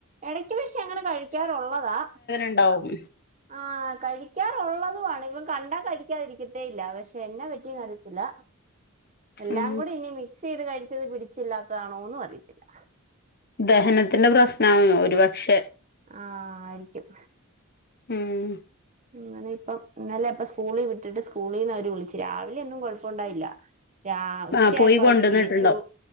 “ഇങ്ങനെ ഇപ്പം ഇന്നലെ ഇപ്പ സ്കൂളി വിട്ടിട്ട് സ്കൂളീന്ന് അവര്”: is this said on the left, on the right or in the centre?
Right